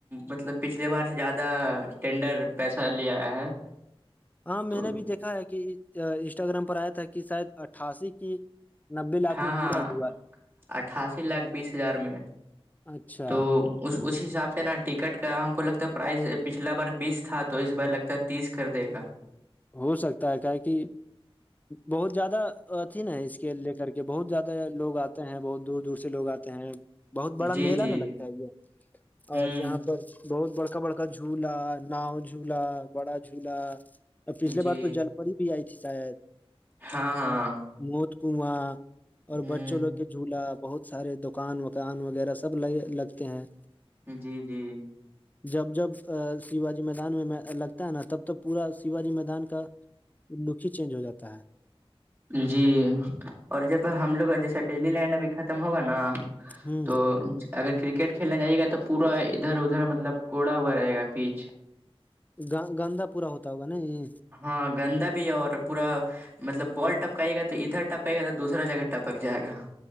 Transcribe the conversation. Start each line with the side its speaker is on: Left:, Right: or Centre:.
Right: مطلب پچھلے بار سے زیادہ ٹینڈر پیسہ لیا ہے
Left: ہاں
Right: تو
Left: میں نے بھی دیکھا ہے کہ انسٹاگرام پر آیا تھا کہ شاید اٹھاسی کی نبے لاکھ
Right: ہاں
Left: میں
Right: ہاں
Left: پورا ہوا
Right: اٹھاسی لاکھ بیس ہزار میں
Left: اچھا
Right: تو اس اس حساب سے نا ٹکٹ کا ہم کو لگتا ہے پرائز پچھلا بار بیس تھا تو اس بار لگتا تیس کر دے گا
Left: ہو سکتا ہے کا کہ بہت زیادہ اتیھی نا اس کے لے کر کے بہت زیادہ لوگ آتے ہیں بہت دور دور سے لوگ آتے ہیں بہت بڑا
Right: جی
Left: میلہ
Right: جی
Left: نہ لگتا ہے یہ
Right: ہوں
Left: اور یہاں بہت بڑکا بڑکا جھولا ناؤ جھولا بڑا جھولا ا پچھلے
Right: جی
Left: بار تو جل پور ہی بھی آئی تھی شاید
Right: ہاں ہاں
Left: موت کنواں اور
Right: ہوں
Left: بچوں لوگ کے جھولا بہت سارے دکان وکان وغیرہ س ل لگتے ہیں
Right: جی جی
Left: جب جب سیوائے میدان میں لگتا ہے نا تب تو پورا شیوجی میدان کا لک ہی چینج ہو جاتا ہے
Right: جی اور جب ہم لوگ جیسے ڈلی لینڈ ابھی ختم ہوگا نا
Left: ہ
Right: تو اگر کرکٹ کھیلنا جائیے گا تو پورا ادھر ادھر مطلب کوڑا ہوا رہے گا پیچ
Left: گ گندا پورا ہوتا ہوگا نا یہ
Right: ہاں گندا بھی ہے اور پورا مطلب بال ٹپکائیے گا تو ادھر ٹپکائے گا تو دوسرا جگہ ٹپک جائے گا